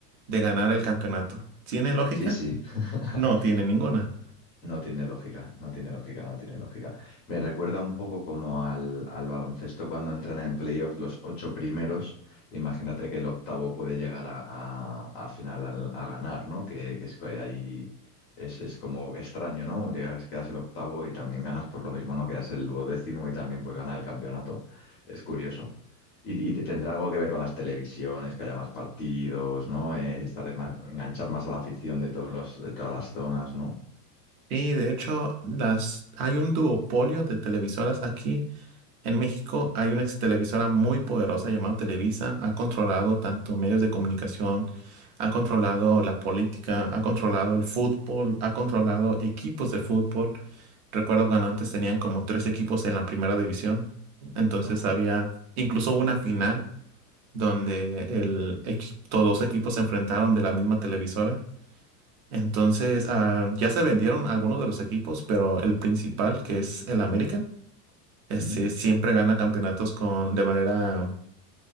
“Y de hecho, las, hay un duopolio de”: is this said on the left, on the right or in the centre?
Right